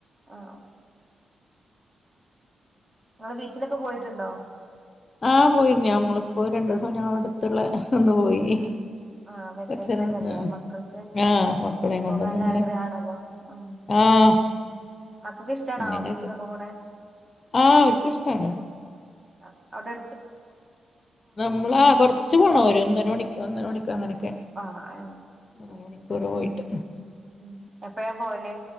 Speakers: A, on the right (about 25°); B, on the left (about 35°).
A: ആഹ് നിങ്ങൾ ബീച്ചിലൊക്കെ പോയിട്ടുണ്ടോ
B: ആഹ് പോയിരുന്നു നമ്മളിപ്പോ രണ്ടു ദിവസം
A: ആ
B: ഞങ്ങള അടുത്തുള്ള ഒന്ന് പോയി
A: ആഹ് വെക്കേഷനൊക്കെല്ലേ
B: കൊറച്ചേരം നിന്ന്
A: മക്കൾക്ക്
B: ആഹ് മക്കളെയും
A: പോകാനുള്ള
B: കൊണ്ടൊന്നിങ്ങനെ
A: ആഗ്രഹ ആണല്ലോ ഉം
B: ആഹ്
A: മക്കൊക്കെ ഇഷ്ടാണോ
B: പിന്നെങ്ങനെ
A: ആഹ് ബീച്ചിലൊക്കെ പോണ
B: ആഹ് അവർക്ക് ഇഷ്ടാണ്
A: ആഹ് അതെ
B: നമ്മളാ കൊറച്ചു പോണം ഒരു ഒന്നര മണിക്ക് ഒന്നര മണിക്കോ അങ്ങനെയൊക്കെ
A: ആഹ് ഏഹ്
B: <unintelligible>
A: ഓക്കെ
B: പോയിട്ട്
A: ഉം എപ്പഴാ പോവലേ